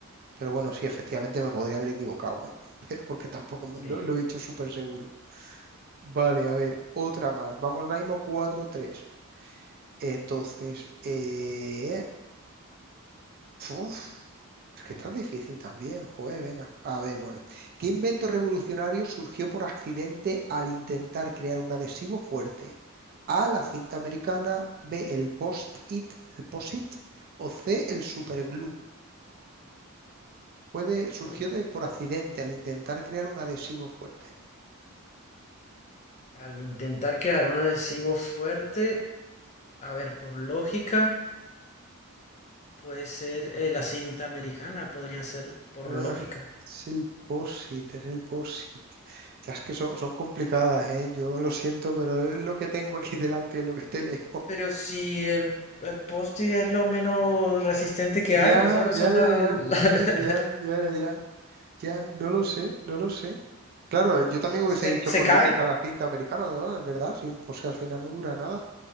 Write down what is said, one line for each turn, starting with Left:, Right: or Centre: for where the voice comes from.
Right: Pero bueno, sí, efectivamente me podría haber equivocado, ¿eh? <laughs> Pero porque tampoco me-
Left: Sí.
Right: lo, lo he dicho súper seguro. Vale, a ver, otra más. Vamos ahora mismo 4-3. Entonces, eh, uf, es que está difícil también, joder, venga. A ver, bueno, ¿qué invento revolucionario surgió por accidente al intentar crear un adhesivo fuerte? A, la cinta americana, B, el post-it, el post-it, o C, el superglue. Fue de- surgió
Left: Mm.
Right: de, por accidente al intentar crear un adhesivo fuerte.
Left: Al intentar crear un adhesivo fuerte, a ver, por lógica, puede ser eh, la cinta americana, podría ser por
Right: Ah,
Left: lógica.
Right: es el post-it, es el post-it. Ya es que son, son complicadas, ¿eh? Yo lo siento, pero es lo que tengo aquí <laughs> delante, es lo que te leo.
Left: Pero si el, el post es lo menos resistente que
Right: Ya,
Left: hay, esas no
Right: ya,
Left: son
Right: ya,
Left: las...
Right: ya,
Left: <laughs>
Right: ya, ya, ya, ya, ya, ya, ya, no lo sé, no lo sé. Claro, eh, yo también
Left: se,
Right: hubiese dicho
Left: se
Right: por
Left: caen.
Right: lógica la cinta americana, ¿no? Es verdad, sí, un- pues si al final no dura nada.